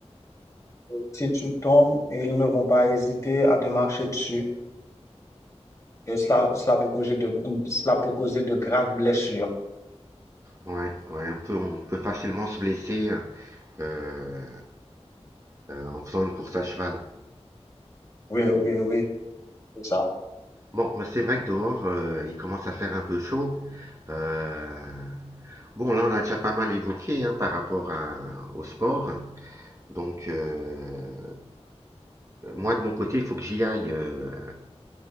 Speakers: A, on the left; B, on the right.
A: Si tu tombes, ils ne vont pas hésiter à te marcher dessus. Et cela, cela peut causer de, cela peut causer de graves blessures.
B: Ouais, ouais, on peut, on peut facilement se blesser euh, euh, en faisant une course à cheval.
A: Oui, oui, oui, c'est ça.
B: Bon, mais c'est vrai que dehors, euh, il commence à faire un peu chaud. Euh, bon, là, on a déjà pas mal évoqué hein, par rapport à- au sport. Donc, euh, moi de mon côté, il faut que j'y aille. euh,